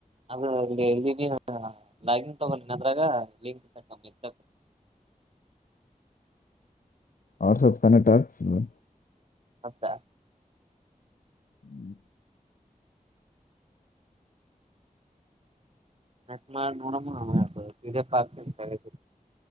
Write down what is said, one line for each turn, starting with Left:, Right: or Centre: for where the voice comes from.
Right: ಅದು ಅ ಲಾಗಿನ್ ತಗಳ ಅದ್ರಾಗ ಲಿಂಕ್ ತ್ ತ <inaudible>
Left: ವಾಟ್ಸಪ್ ಕನೆಕ್ಟ್ ಆಗ್ತದೆ
Right: ಹತ್ತಾ
Left: ಹ್ಮ್
Right: ಅ ಮಾಡ ನೋಡಮಾ ಪಿಡಿಎಫ್ ಹಾಕ್ತೀನಿ